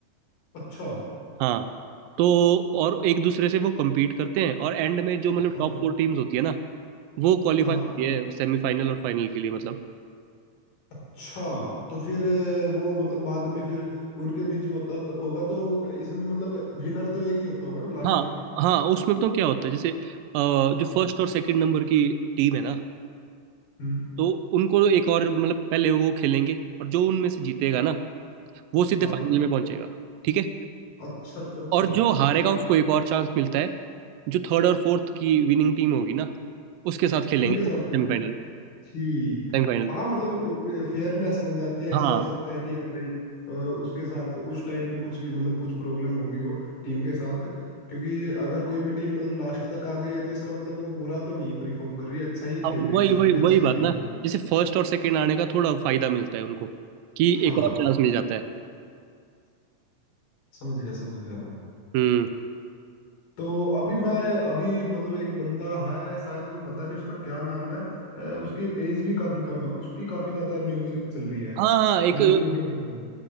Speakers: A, on the left (about 80°); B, on the right (about 80°).
A: अच्छा
B: हाँ तो और एक दूसरे से वो compete करते हैं और एंड में जो मतलब
A: हाँ
B: टॉप फोर टीम्स होती है ना वो क्वालिफाई
A: हाँ
B: होती है सेमीफाइनल और फाइनल के लिए मतलब
A: अच्छा तो फिर अ, वो मतलब बाद में फिर उनके बीच में होता तो, होगा तो इसमें मतलब विनर तो एक ही होता होगा ना लास्ट
B: हाँ हाँ उसमें बताऊँ क्या होता है जैसे अ, जो
A: में
B: फर्स्ट और सेकंड नंबर की टीम है ना
A: हम्म
B: तो उनको तो एक और मतलब पहले वो खेलेंगे और जो उनमें से जीतेगा ना वो सीधे
A: हाँ
B: फाइनल में पहुंचेगा ठीक है
A: अच्छा अच्छा अच्छा
B: और जो
A: ठीक
B: हारेगा
A: ठीक
B: उसको
A: ठीक
B: एक और चांस मिलता है जो थर्ड और फोर्थ की विनिंग टीम होगी ना उसके साथ खेलेंगे
A: उनके साथ
B: सेमीफाइनल
A: खेलेगा ठीक
B: सेमीफाइनल
A: हाँ मतलब एक फेयरनेस बन जाती है
B: हाँ
A: ऐसा हो सकता है कि यार भाई अ, उसके साथ उस टाइम पे कुछ भी मतलब कुछ प्रॉब्लम होगी हो टीम के साथ क्योंकि अगर कोई भी टीम मतलब लास्ट तक आ गई है तो इसका मतलब वो बुरा तो नहीं परफॉर्म कर रही है अच्छा ही खेल
B: हाँ, वही
A: रही है उसमें
B: वही
A: भी
B: वही
A: अच्छे खेल
B: बात
A: रही
B: ना
A: है
B: जैसे फर्स्ट और सेकंड आने का थोड़ा फायदा मिलता है उनको कि
A: हाँ
B: एक और चांस मिल जाता है
A: समझ गया समझ गया मैं
B: हम्म
A: तो अभी मैं अभी मतलब एक बंदा है शायद वो पता नहीं उसका क्या नाम है अ, उसकी एज भी काफी कम है उसकी काफी ज्यादा न्यूज चल रही है
B: हाँ हाँ एक
A: न्यूज में भी आता है